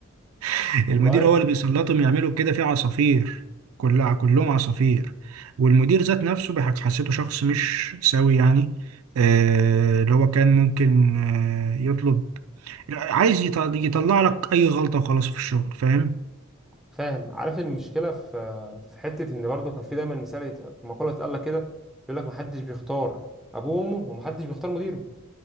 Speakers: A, on the right; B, in the centre.
A: <laughs>
B: والله
A: المدير هو اللي بيسلطهم يعملوا كده في عصافير كلها كلهم عصافير والمدير ذات نفسه بح- حسيته شخص مش سوي يعني آه اللي هو كان ممكن آه يطلب عايز يط- يطلع لك اي غلطة وخلاص في الشغل فاهم
B: فاهم عارف المشكله في في حته ان برضه كان في دايما مثال يت- مقوله اتقال لك كده يقول لك ما حدش بيختار ابوه وامه وما حدش بيختار مديره